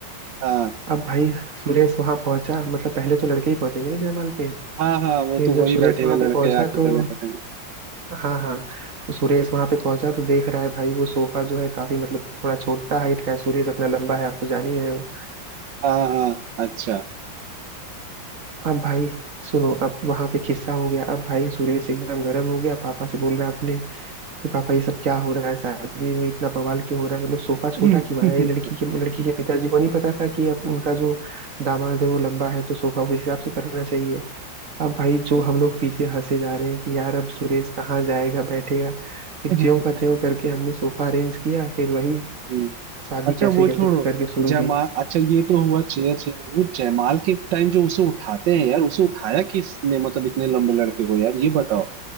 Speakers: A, on the right; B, on the right.
A: हाँ
B: अब भाई सुरेश वहां पहुंचा मतलब पहले तो लड़के ही पहुंचेंगे ना जयमाल पे
A: हाँ हाँ वो
B: फिर
A: तो
B: जब
A: वही
B: सुरेश
A: बैठेगा
B: वहां पे
A: लड़के
B: पहुंचा
A: आके पहले
B: तो
A: बैठेंगे
B: हाँ हाँ तो सुरेश वहां पे पहुंचा तो देख रहा है भाई वो सोफा जो है काफी मतलब थोड़ा छोटा हाइट का है सुरेश अपना लंबा है आप तो जान ही रहे हो
A: हाँ हाँ अच्छा
B: अब भाई सुनो अब वहां पे खिस्सा हो गया अब भाई सुरेश एकदम गर्म हो गया पापा से बोल रहा है अपने कि पापा ये सब क्या हो रहा है शादी में इतना बवाल क्यों हो रहा है मतलब सोफा छोटा
A: <laughs>
B: क्यों आया ये लड़की के लड़की के पिताजी को नहीं पता था कि अब उनका जो दामाद है वो लंबा है तो सोफा उस हिसाब से करना चाहिए अब भाई जो हम लोग पीछे हंसे जा रहे हैं कि यार अब सुरेश कहाँ जाएगा बैठेगा फिर
A: अच्छा
B: ज्यों का त्यों करके हमने सोफा अरेंज किया फिर वही
A: हम्म।
B: शादी
A: अच्छा
B: कैसे
A: वो
B: कैसे
A: छोड़ो
B: करके शुरू
A: जयमाल
B: हुई
A: अच्छा ये तो हुआ चेयर चेंज वो जयमाल के टाइम जो उसे उठाते हैं यार उसे उठाया किसने मतलब इतने लंबे लड़के को यार ये बताओ